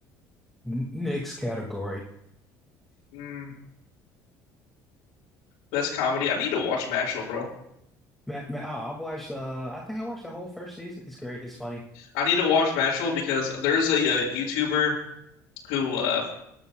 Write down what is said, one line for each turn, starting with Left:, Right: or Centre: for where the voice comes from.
Centre: N- next category.
Left: Mm. Best comedy. I need to watch Mashal, bro.
Centre: Matt, Matt, oh, I've watched. Uh, I think I watched the whole first season. It's great. It's funny.
Left: I need to watch Mashal because there's a, uh YouTuber who uh